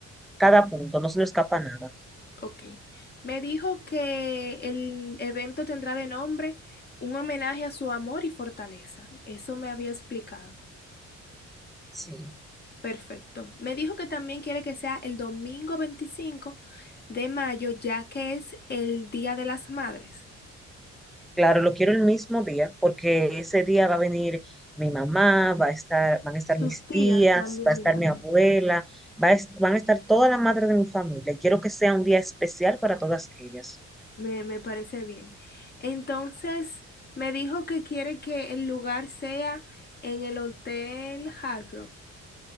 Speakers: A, in the centre; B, on the left.
A: cada punto, no se nos escapa nada.
B: Ok. Me dijo que el evento tendrá de nombre un homenaje a su amor y fortaleza. Eso me había explicado.
A: Sí.
B: Perfecto. Me dijo que también quiere que sea el domingo 25 de mayo, ya que es el Día de las Madres.
A: Claro, lo quiero el mismo día porque ese día va a venir mi mamá, va a estar, van a estar
B: Sus
A: mis
B: tías
A: tías,
B: también,
A: va a estar
B: me imagino.
A: mi abuela, va a est- van a estar todas las madres de mi familia y quiero que sea un día especial para todas ellas,
B: Me, me parece bien. Entonces, me dijo que quiere que el lugar sea en el Hotel Hard Rock,